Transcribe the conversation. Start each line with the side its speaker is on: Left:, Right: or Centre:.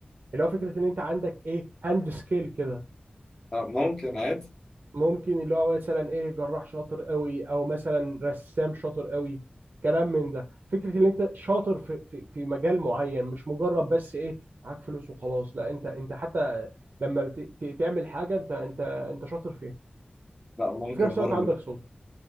Right: اللي هو فكره ان انت عندك ايه هاند سكيل كده
Left: آه، ممكن عادي
Right: ممكن اللي هو مثلا ايه جراح شاطر قوي او مثلا رسام شاطر قوي كلام من ده فكره ان انت شاطر في في في مجال معين مش مجرد بس ايه معاك فلوس وخلاص لا انت انت حتى لما بت- ت- تعمل حاجه انت انت انت شاطر فيها
Left: لا ممكن
Right: وفي نفس
Left: برضه
Right: الوقت عندك سلطه